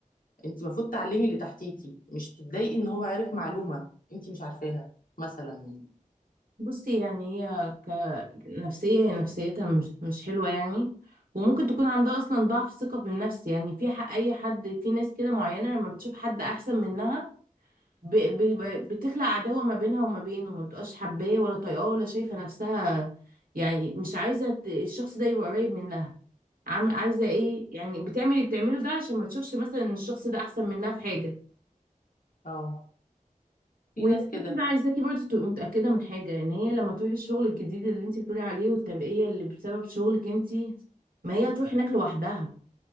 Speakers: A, on the left; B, on the right.
A: انت المفروض تعلمي اللي تحتيكي مش تتضايقي ان هو عارف معلومة انت مش عارفاها مثلا يعني
B: بصي يعني هي كنفسية هي نفسيتها مش مش حلوة يعني وممكن تكون عندها أصلا ضعف الثقة بالنفس يعني في حق أي حد في ناس كده معينة لما بتشوف حد أحسن منها ب- ب- ب- بتخلق عداوة ما بينها وما بينه ما بتبقاش حباه ولا طايقاه ولا شايفة نفسها يعني مش عايزة ت- الشخص ده يبقى قريب منها عم عايزة إيه يعني بتعمل اللي بتعمله ده عشان ما تشوفش مثلا إن الشخص ده أحسن منها في حاجة
A: اه في
B: وغير
A: ناس كده
B: كده عايزاكي برضه تبقي متأكدة من حاجة ان هي لما تروحي الشغل الجديد اللي انت بتقولي عليه والترقية اللي بسبب شغلك انت ما هي هتروح هناك لوحدها